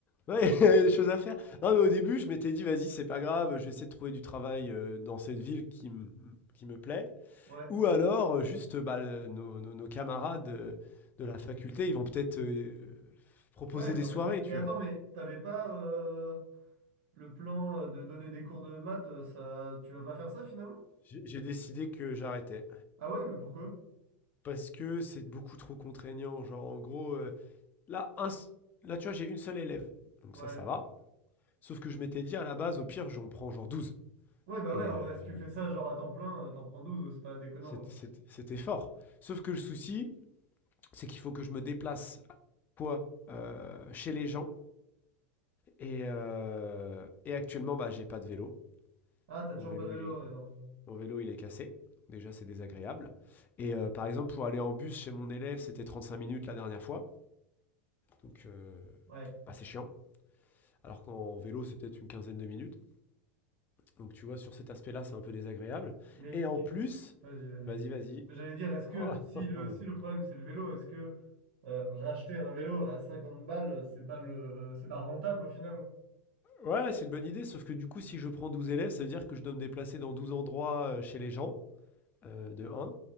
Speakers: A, on the left; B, on the right.
A: ouais, <laughs> il y a des choses à faire. Non, mais au début, je m'étais dit, vas-y, c'est pas grave, je vais essayer de trouver du travail euh, dans cette ville qui, m- qui me plaît.
B: Ouais.
A: Ou alors, euh, juste, bah, le- nos, nos- nos camarades euh, de la faculté, ils vont peut-être euh, proposer
B: Ouais,
A: des
B: faire
A: soirées,
B: des trucs.
A: tu
B: Mais attends,
A: vois.
B: mais t'avais pas euh, le plan euh, de donner des cours de maths, euh, ça, tu vas pas faire ça finalement?
A: J'ai j'ai décidé que j'arrêtais.
B: Ah ouais, mais pourquoi?
A: Parce que c'est beaucoup trop contraignant. Genre, en gros, euh, Là, un là tu vois, j'ai une seule élève. Donc
B: Ouais.
A: ça, ça va. Sauf que je m'étais dit, à la base, au pire, j'en prends genre douze,
B: Ouais, bah
A: Et
B: ouais, en
A: euh,
B: vrai, si tu fais ça genre à temps plein, euh, t'en prends douze, c'est pas déconnant.
A: c'est-
B: genre.
A: c'est- c'était fort. Sauf que le souci, c'est qu'il faut que je me déplace quoi euh, chez les gens. Et, euh, et actuellement, bah, j'ai pas de vélo.
B: Ah, t'as toujours
A: Mon vélo,
B: pas de vélo,
A: il est,
B: ouais, non.
A: mon vélo, il est cassé. Déjà, c'est désagréable. Et euh, par exemple, pour aller en bus chez mon élève, c'était 35 minutes la dernière fois. Donc, euh,
B: Ouais.
A: bah, c'est chiant. Alors qu'en vélo, c'est peut-être une quinzaine de minutes. Donc tu vois, sur cet aspect-là, c'est un peu désagréable.
B: Mais
A: Et en
B: et-
A: plus,
B: vas-y, vas-y.
A: vas-y, vas-y.
B: Mais
A: <laughs>
B: j'allais dire, est-ce que
A: Oh,
B: si
A: oh,
B: le
A: oh.
B: si le problème c'est le vélo, est-ce que euh, racheter un vélo à 50 balles, c'est pas le c'est pas rentable au final?
A: Ouais, c'est une bonne idée, sauf que du coup, si je prends 12 élèves, ça veut dire que je dois me déplacer dans 12 endroits euh, chez les gens, euh, de un